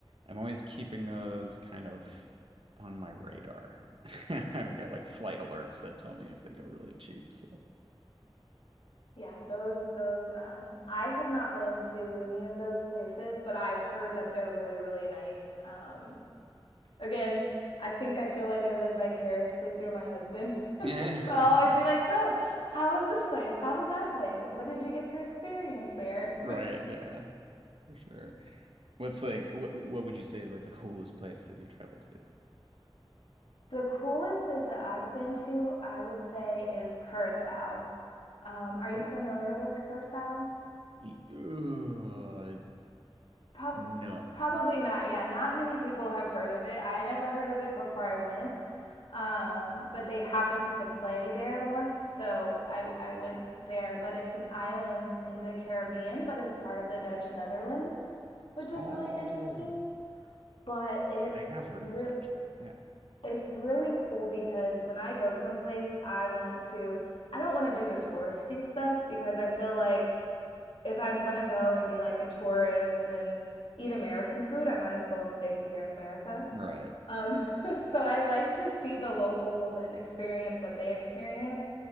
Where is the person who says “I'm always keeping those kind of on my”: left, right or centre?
Right